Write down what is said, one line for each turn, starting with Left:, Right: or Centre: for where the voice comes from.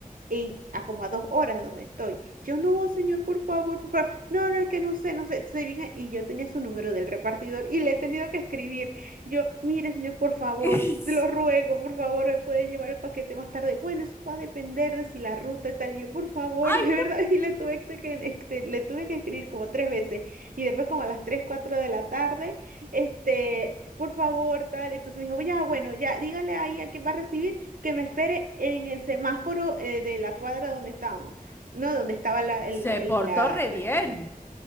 Right: en, a como a dos horas de donde estoy. Yo no, señor, por favor, por favor. No, no, es que no sé, no sé. Se viene, y yo tenía su número del repartidor y le he tenido que escribir. Yo, mire, señor, por favor,
Left: <laughs>
Right: te lo ruego, por favor, me puede llevar el paquete más tarde. Bueno, eso va a depender de si la ruta y tal. Yo, por favor,
Left: Ay,
Right: de verdad, <laughs> y le tuve que, que- este, le tuve que escribir como tres veces y después como a las 3 4 de la tarde, este, por favor, tal. Entonces me dijo, ya, bueno, ya, dígale ahí a quien va a recibir que me espere en el semáforo eh, de la cuadra donde estábamos, ¿no? Donde estaba la, el-
Left: Se
Right: el-
Left: portó
Right: la,
Left: re
Right: la
Left: bien.
Right: tienda.